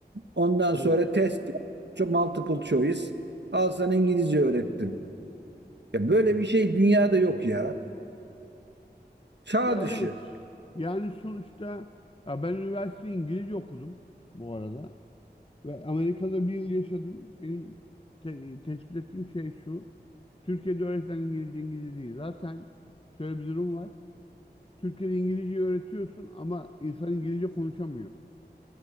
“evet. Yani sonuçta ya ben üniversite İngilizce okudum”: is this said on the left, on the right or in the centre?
Left